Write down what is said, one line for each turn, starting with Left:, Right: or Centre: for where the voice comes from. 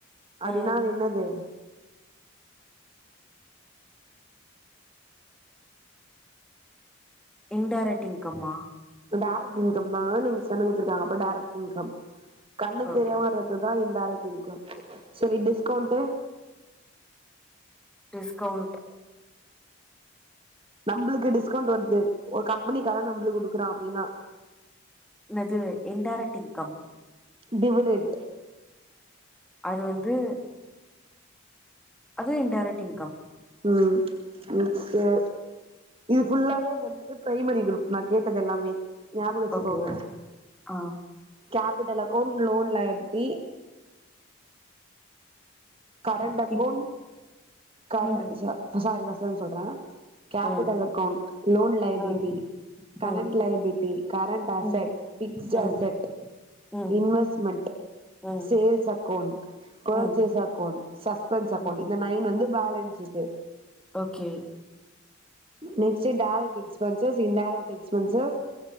Right: அப்டினா
Centre: ம்
Right: அது என்னது
Centre: இன்டேரக்ட் இன்கம்மா
Right: டேரக்ட் இன்கம்னா நீங் சொன்னது குடத்ருக்காங்க அப்ப டேரக்ட் இன்கம் கண்ணுக்கு
Centre: ஓகே
Right: தெரியாம வர துதா இன்டேரக்ட் இன்கம் சரி டிஸ்கவ்ண்ட்டு
Centre: டிஸ்கவ்ண்ட்டு
Right: நம்ளுக்கு டிஸ்கவ்ண்ட் வர்து ஒரு கம்முனிகாரன் நம்ளு குடுக்குறான் அப்டினா
Centre: என்னது இன்டேரக்ட் இன்கம்
Right: டிவுடெண்ட்டு
Centre: அது வந்து அது இன்டேரக்ட் இன்கம்
Right: ம் நெக்ஸ்ட்டு இது ஃபுல்லாவே வந்து ப்ரைமரி குரூப் நா கேட்டதெல்லாமே ஞாபக வச்சுக்கோங்க
Centre: ஓகே ஆ
Right: கேபிட்டல் அக்கௌண்டு லோன் லயபிட்டி கரண்டக்கொண்
Centre: இ- இப்
Right: கர
Centre: ம்
Right: சா சாரி ஃபஸ்ல இருந்து சொல்ற கேபிட்டல்
Centre: ம்
Right: அக்கௌண்ட் லோன் லயபிலிட்டி
Centre: ம்
Right: கரண்ட்
Centre: ம்
Right: லயபிலிட்டி கரண்ட் அசட்
Centre: ம்
Right: பிக்ஸ்டு
Centre: ம்
Right: அசட்
Centre: ம்
Right: இன்வெஸ்மெண்ட்டு
Centre: ம்
Right: சேல்ஸ் அக்கௌண்ட்டு பர்ச்சேஸ்
Centre: ம்
Right: அ க்கோன் சஸ்பென்ஸ் அக்கோண்
Centre: ம்
Right: இந்த நைன் வந்து balance sheet
Centre: okay
Right: next direct expenses indirect expenses